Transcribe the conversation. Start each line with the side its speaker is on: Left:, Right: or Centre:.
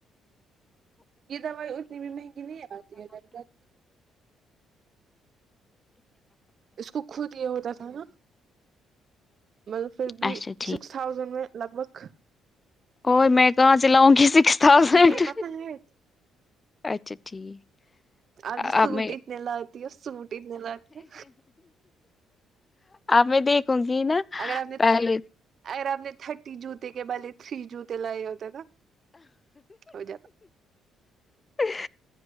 Right: یہ دوائی اتنی بھی مہنگی نہیں آتی ہے لگ تک اس کو خود یہ ہوتا تھا نا مطلب پھر بھی
Left: اچھا
Right: اس
Left: ٹھیک
Right: سکس تھاؤزینڈ میں لگ بھگ
Left: اور میں کہاں سے لاؤں گی سکس تھاؤزینڈ
Right: قیمت نہ ہے
Left: اچھا ٹھیک
Right: آپ
Left: اب
Right: جو سوٹ
Left: میں
Right: اتنے لاتی ہو سوٹ اتنے لاتی ہو
Left: آ میں دیکھوں گی نا
Right: اگر آپ نے
Left: پہلے
Right: اگر آپ نے تھرٹی جوتے کے بالے تھری جوتے لائے ہوتے نا ہو جاتا
Left: جی